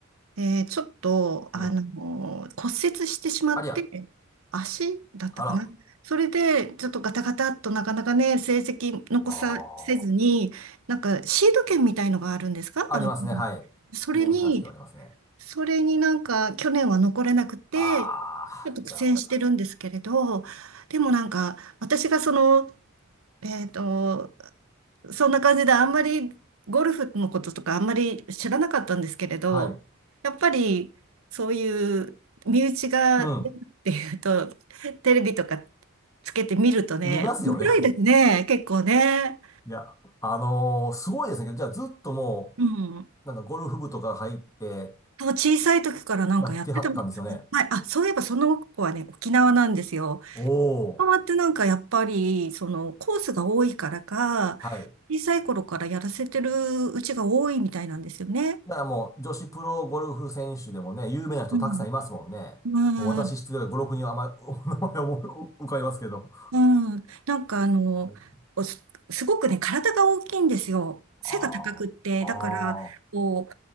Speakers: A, on the right (about 75°); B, on the left (about 15°).
A: で、ちょっと、
B: う、
A: あの、
B: うん。
A: 骨折してしまって、
B: ありゃ、
A: 足だったかな。
B: あら、
A: それで、ちょっとガタガタっとなかなかね、成績残させずに、
B: ああ、
A: なんかシード権みたいのがあるんですかあの、
B: ありますね、はい。
A: それに、
B: 年間指導ありますね。
A: それになんか去年は残れなくて、
B: ああ、
A: ちょっと苦戦してるんですけれど、
B: じゃあまた。
A: でもなんか、私がその、えっと、そんな感じであんまりゴルフのこととかあんまり知らなかったんですけれど、
B: はい。
A: やっぱりそういう身内が出るっていうと、
B: うん。
A: テレビとかつけてみるとね、
B: 見ますよね。
A: 面白いですね、
B: <laughs>
A: 結構ね。
B: いや、あのーすごいですね。じゃあずっとも
A: うん。
B: う、なんかゴルフ部とか入って
A: そう小さい時からなんかやってたみたい。
B: やってはったんですよね。
A: はい、あ、そういえばその子はね、沖縄なんですよ。
B: おお。
A: 沖縄ってなんかやっぱり、そのコースが多いからか、
B: はい。
A: 小さい頃からやらせてるうちが多いみたいなんですよね。
B: だからもう女子プロゴルフ選手でもね、有名な人たくさんいますもんね。
A: うん。うん
B: もう私知ってる5、6人あまり、お名前を浮かびますけど。
A: うん、なんかあの、
B: はいはい
A: おす、すごくね、体が大きいんですよ。背が高くって、
B: ああ、ああ、
A: だから、こ